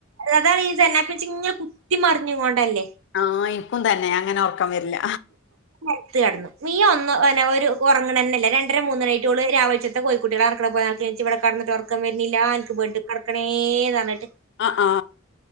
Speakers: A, on the right; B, on the left.
A: അതാണ് <unintelligible> ഇങ്ങനെ കുത്തിമറിഞ്ങൊണ്ടെന്നെ
B: ആ ഇൻക്കും തെന്നെ അങ്ങനെ ഒർക്കം വെര്ല്ല
A: നെൽത്ത് കെട്ന്നു മിയ ഒന്ന് ന്നെ ഒരു ഒറങ്ണെന്നെല്ല രണ്ടര മൂന്നണിയായിട്ടും ഓള് രാവെൾച്ചത്ത്‌ കോയ്ക്കുട്ട്യാള് കെട്ക്ക്ണ പോലെ <unintelligible> ക്കം വര്നില്ലാ ൻക്ക് ബെഡ് കെടക്കണേന്ന് ർഞ്ട്ട്
B: അ ആ